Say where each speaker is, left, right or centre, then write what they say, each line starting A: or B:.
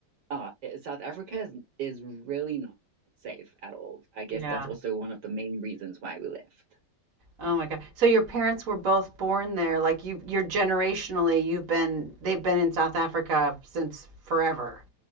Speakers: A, on the right; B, on the right.
A: uh, South Africa is, is really not safe at all. I guess
B: Yeah.
A: that's also one of the main reasons why we left.
B: Oh my God. So your parents were both born there. Like you, you're generationally, you've been, they've been in South Africa since forever.